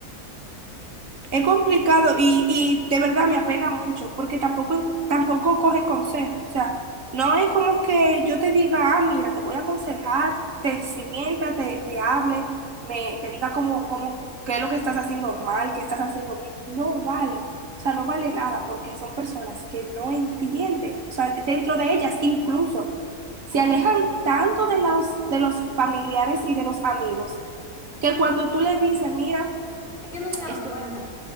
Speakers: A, on the right (about 60°); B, on the left (about 35°).
A: Es complicado y, y de verdad me apena mucho porque tampoco, tampoco cogen consejos. O sea, no es como que yo te diga, ah, mira, te voy a aconsejar, te sienta, te, te hable, me, te diga cómo, cómo, qué es lo que estás haciendo mal, qué estás haciendo bien. No vale. O sea, no vale nada porque son personas que no entienden. O sea, dentro de ellas incluso se alejan tanto de los, de los familiares y de los amigos que cuando tú le dices, mira,
B: ellos no se dan
A: esto,
B: cuenta.